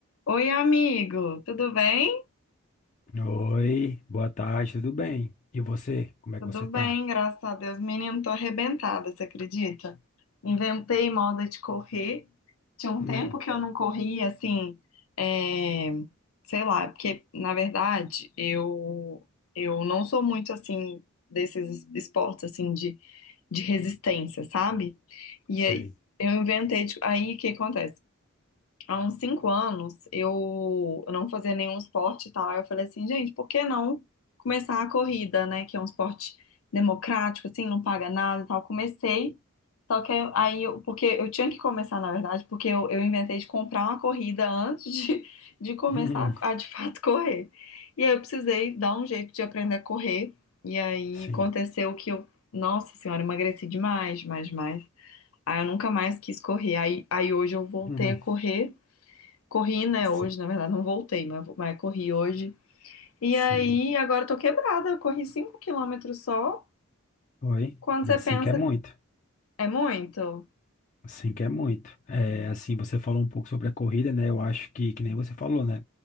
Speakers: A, on the left; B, on the left.
A: Oi, amigo, tudo bem?
B: Oi, boa tarde, tudo bem? E você, como é
A: Tudo
B: que você tá?
A: bem, graças a Deus. Menino, tô arrebentada, você acredita? Inventei moda de correr. Tinha um
B: Hum,
A: tempo que eu não corria, assim, é, sei lá, porque, na verdade, eu, eu não sou muito, assim, desses esportes, assim, de, de resistência, sabe? E
B: sei.
A: aí, eu inventei, de- aí, o que acontece? há uns cinco anos eu eu não fazia nenhum esporte e tal. Aí Eu falei assim, gente, por que não começar a corrida, né? Que é um esporte democrático, assim, não paga nada e tal. Comecei, só que aí, eu, porque eu tinha que começar, na verdade, porque eu, eu inventei de comprar uma corrida antes de, de começar
B: Hum,
A: a
B: <laughs>
A: de fato correr. E aí eu precisei dar um jeito de aprender a correr. E aí
B: sim.
A: aconteceu que eu, nossa senhora, emagreci demais, demais, demais. Aí eu nunca mais quis correr. Aí, aí hoje eu voltei
B: Hum,
A: a correr. Corri, né,
B: sim,
A: hoje, na verdade, não voltei, mas, mas corri hoje. E
B: sim.
A: aí, agora eu tô quebrada, eu corri 5 quilômetros só.
B: Oi,
A: Quando
B: É
A: você
B: assim
A: pensa,
B: que é muito.
A: é muito?
B: Assim que é muito. É, assim, você falou um pouco sobre a corrida, né? Eu acho que, que nem você falou, né?